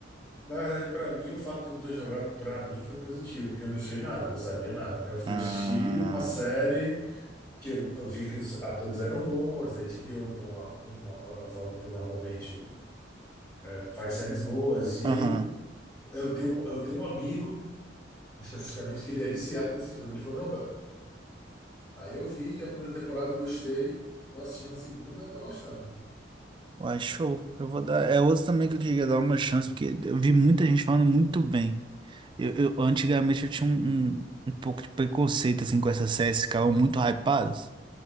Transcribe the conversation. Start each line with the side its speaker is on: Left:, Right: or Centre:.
Left: na verdade, para mim, o fato de não ter jogado, para mim, foi positivo, porque eu não sei nada, eu não sabia nada, né? Eu fui
Right: Ah,
Left: assistir uma série. que eu vi que os atores eram bons, da HBO, que é uma, uma plataforma que normalmente eh, faz séries boas. E
Right: Aham.
Left: aí eu, eu tenho, um- eu tenho um amigo, especificamente, que ele é viciado nesse jogo. Ele falou, não, velho. Aí eu vi a primeira temporada, gostei, tô assistindo a segunda, tô gostando.
Right: Uai, show. Eu vou dar. É outro também que eu queria dar uma chance, porque eu vi muita gente falando muito bem. Eu, eu- antigamente eu tinha um, um, um pouco de preconceito assim com essas séries que ficavam muito hypadas,